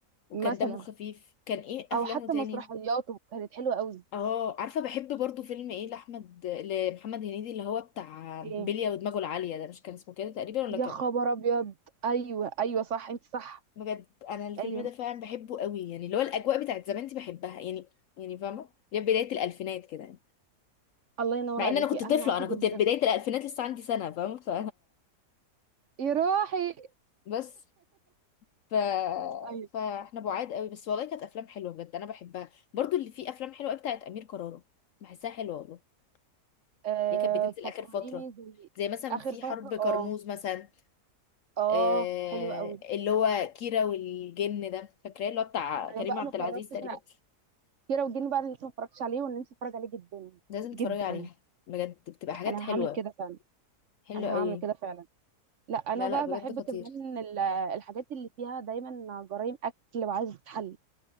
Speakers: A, on the left; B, on the right.
A: وكان
B: مثلا
A: دمه خفيف كان ايه افلامه
B: او حتى
A: تاني
B: مسرحياته كانت حلوه قوي
A: اه عارفه بحب برضو فيلم ايه لاحمد لمحمد هنيدي اللي هو بتاع بلية
B: ايه
A: ودماغه العاليه ده مش كان اسمه كده تقريبا ولا
B: يا
A: كان
B: خبر ابيض ايوه ايوه صح انت صح
A: بجد انا الفيلم
B: ايوه
A: ده فعلا بحبه قوي يعني اللي هو الاجواء بتاعت زمان دي بحبها يعني يعني فاهمه يا بدايه الالفينات كده يعني
B: الله ينور
A: مع
B: عليكي
A: ان انا كنت
B: انا
A: طفله
B: معاكي
A: انا
B: جدا
A: كنت في بدايه الالفينات لسه عندي سنه فاهمه ف
B: يا روحي
A: بس ف...
B: ايوه
A: فاحنا بعاد قوي بس والله كانت افلام حلوه بجد انا بحبها برضو اللي فيه افلام حلوه قوي بتاعت امير كرارة بحسها حلوه والله
B: آه
A: اللي كانت بتنزل
B: فكريني
A: اخر فتره
B: زي
A: زي مثلا
B: اخر
A: في
B: فتره
A: حرب كرموز
B: اه
A: مثلا
B: اه
A: آه...
B: حلو قوي
A: اللي هو كيرة والجن ده فاكراه اللي هو بتاع كريم
B: انا بقى
A: عبد
B: ما اتفرجتش
A: العزيز تقريبا
B: على كيرة والجن بقى انا لسه ما اتفرجتش عليه وانا نفسي اتفرج عليه جدا
A: لازم تتفرجي
B: جدا
A: عليها بجد بتبقى حاجات
B: انا
A: حلوه
B: هعمل كده فعلا
A: حلوه
B: انا
A: قوي
B: هعمل كده فعلا لا انا
A: لا
B: بقى
A: لا بجد
B: بحب
A: خطير
B: كمان ال- الحاجات اللي فيها دايما جرائم اكل وعايزه تتحل